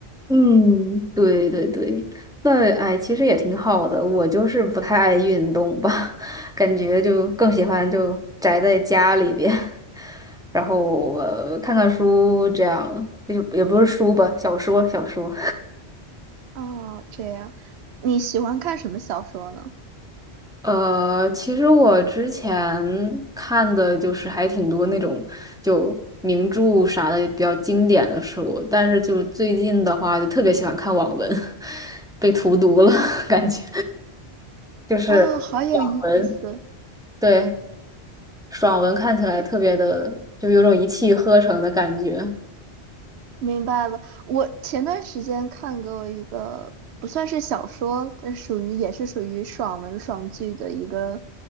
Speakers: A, in the centre; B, on the right.
A: 嗯，对对对，那哎，其实也挺好的。我就是不太爱运动吧，<laughs> 感觉就更喜欢就宅在家里边，<laughs> 然后呃看看书这样，就是也不是书吧，小说小说。
B: 哦，这样，你喜欢看什么小说呢？
A: 呃，其实我之前看的就是还挺多那种就名著啥的比较经典的书，但是就最近的话，就特别喜欢看网文，<laughs> 被荼毒了，<laughs> 感觉就是爽文，
B: 啊，好有意思。
A: 对，爽文看起来特别的，就有种一气呵成的感觉。
B: 明白了。我前段时间看过一个不算是小说，但属于也是属于爽文爽剧的一个